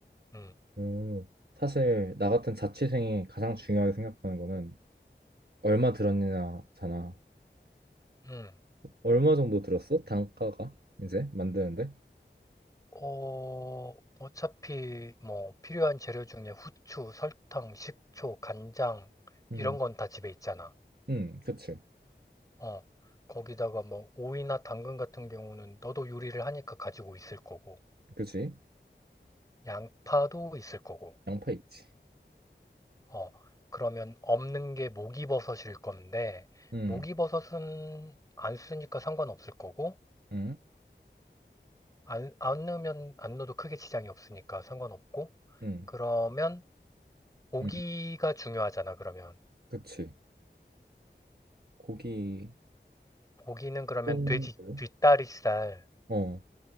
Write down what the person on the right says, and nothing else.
오, 사실 나 같은 자취생이 가장 중요하게 생각하는 거는 얼마 들었느냐잖아.
얼마 정도 들었어? 단가가 이제 만드는데?
음,
음, 그치,
그치.
양파 있지.
음,
음,
음,
음,
그치. 고기.
어떤
걸로?
어,